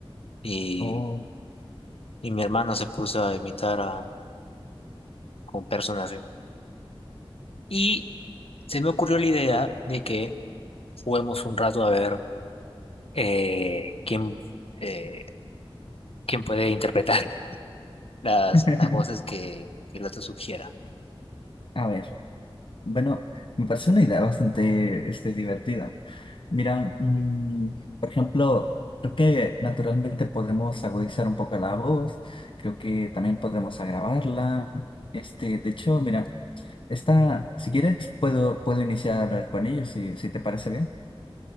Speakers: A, on the left; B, on the left.
A: Y,
B: Oh.
A: y mi hermano se puso a imitar a un personaje. Y se me ocurrió la idea de que juguemos un rato a ver eh, quién, eh, quién puede interpretar <laughs> las,
B: <laughs>
A: las voces que, que el otro sugiera.
B: A ver, bueno, me parece una idea bastante este, divertida. Mira, mm, por ejemplo, creo que naturalmente podemos agudizar un poco la voz, creo que también podemos agravarla. Este, de hecho, mira. Está, si quieres, puedo, puedo iniciar con ellos, si, si te parece bien.